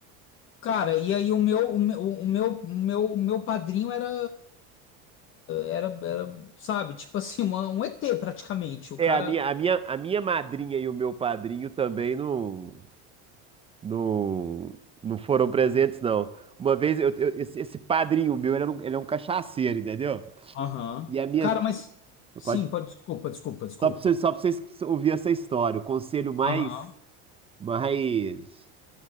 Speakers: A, on the left; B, on the right.
A: Cara, e aí o meu, o meu, o meu, o meu o meu padrinho era, era, era, sabe, tipo assim, uma- um ET praticamente. O
B: É,
A: cara.
B: a minha, a minha, a minha madrinha e o meu padrinho também não, não, não foram presentes, não. Uma vez, eu- eu- esse, esse padrinho meu, ele é, um, ele é um cachaceiro, entendeu?
A: Aham.
B: E a minha
A: Cara,
B: tia,
A: mas. Sim,
B: pode,
A: pode. Desculpa, desculpa, desculpa.
B: só pra vocês, só pra vocês ouvirem essa história, o conselho mais,
A: Aham,
B: mais,